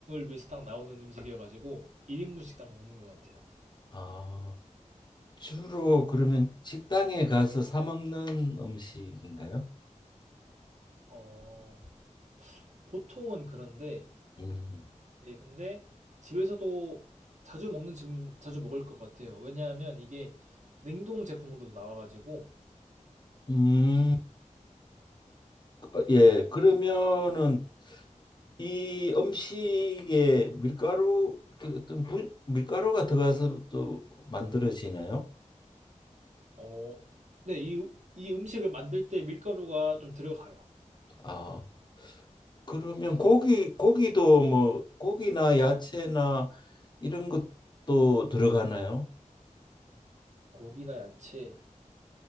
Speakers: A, on the right; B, on the left.
A: 위해서 딱 나오는 음식이어가지고, 1인분씩 딱 먹는 것 같아요.
B: 아, 주로 그러면 식당에 가서 사 먹는 음식인가요?
A: 어, 보통은 그런데,
B: 음,
A: 예, 근데 집에서도 자주 먹는 지금 자주 먹을 것 같아요. 왜냐하면 이게 냉동 제품으로도 나와가지고
B: 음, 어, 예. 그러면은 이 음식에 밀가루 그 어떤 분, 밀가루가 들어가서 또 만들어지나요?
A: 어, 네, 이, 이 음식을 만들 때 밀가루가 좀 들어가요.
B: 아, 그러면 고기 고기도 뭐 고기나 야채나 이런 것도 들어가나요?
A: 고기나 야채,